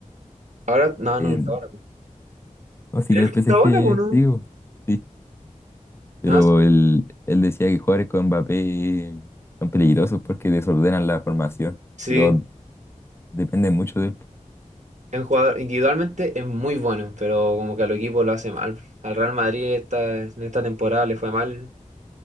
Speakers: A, on the right; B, on the left.
A: Ahora, no,
B: El,
A: no, no está ahora. po.
B: no, sí
A: ¿Es
B: que el
A: que
B: PSG,
A: está ahora po, no?
B: digo, sí. Pero
A: Ah, sí.
B: él, él decía que jugadores con Mbappé son peligrosos porque desordenan la formación.
A: Sí.
B: Y todo depende mucho de él.
A: Es un jugador individualmente es muy bueno, pero como que al equipo lo hace mal. Al Real Madrid esta, en esta temporada le fue mal